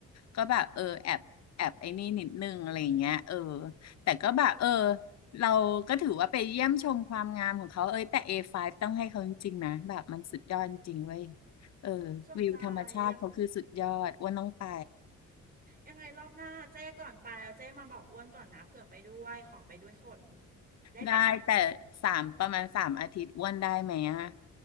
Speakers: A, on the left (about 60°); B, on the right (about 30°).
A: ก็แบบเออแอบแอบไอ้นี่นิดนึงอะไรอย่างเงี้ยเออแต่ก็แบบเออ
B: หรอ
A: เราก็ถือว่าไปเยี่ยมชมความงามของเขาเอ้ยแต่ A5 ต้องให้เขาจริงๆนะแบบมันสุดยอดจริงเว้ยเออ
B: สนใจ
A: วิวธรรมชาติเขาคือสุดยอดอ้วนต้องไป
B: ยังยังไงรอบหน้าเจ๊ก่อนไปอะเจ๊มาบอกอ้วนก่อนนะเผื่อไปด้วยขอไปด้วยคนได้ไหม
A: ได้แต่สามประมาณสามอาทิตย์อ้วนได้ไหมอะ